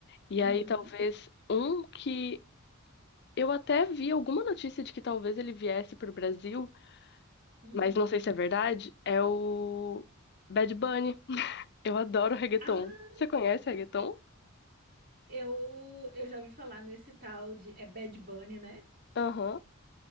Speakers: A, on the left (about 50°); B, on the right (about 45°).
A: E
B: uhum,
A: aí talvez um que. Eu até vi alguma notícia de que talvez ele viesse pro Brasil.
B: hum.
A: mas não sei se é verdade, é o Bad Bunny. Eu adoro reggaeton.
B: Ah,
A: Você conhece reggaeton?
B: eu, eu já ouvi falar nesse tal de. É Bad Bunny, né?
A: Aham.